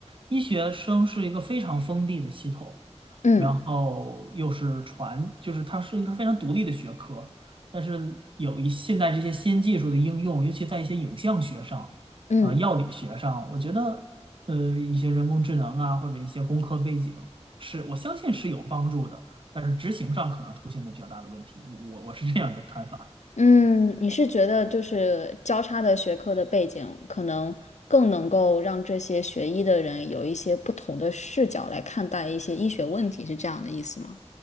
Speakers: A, on the right (about 45°); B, on the left (about 80°).
A: 医学生是一个非常封闭的系统，
B: 嗯
A: 然后又是传，就是它是一个非常独立的学科，但是有一现在这些新技术的应用，尤其在一些影像学上。
B: 嗯。
A: 啊、呃药理学上，我觉得呃一些人工智能啊，或者一些工科背景，是我相信是有帮助的，但是执行上可能出现了比较大的问题。我我是这样的看法。
B: 嗯，你是觉得就是交叉的学科的背景，可能更能够让这些学医的人有一些不同的视角来看待一些医学问题，是这样的意思吗？